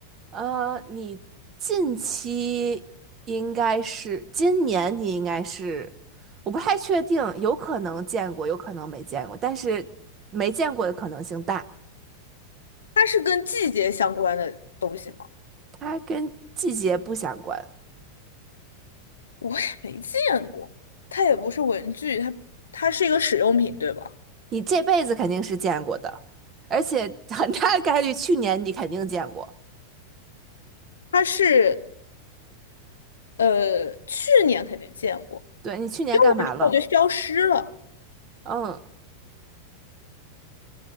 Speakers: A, on the right (about 30°); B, on the left (about 70°).
A: 呃，你近期应该是今年，你应该是，我不太确定，有可能见过，有可能没见过，但是没见过的可能性大。
B: 它是跟季节相关的东西吗？
A: 它跟季节不相关，
B: 我也没见过，它也不是文具，它它是一个使用品，对吧？
A: 你这辈子肯定是见过的，而且 <laughs> 很大的概率去年你肯定见过。
B: 它是呃，去年肯定见过，
A: 对，你去年干嘛了？
B: 用了之后就消失了。
A: 嗯，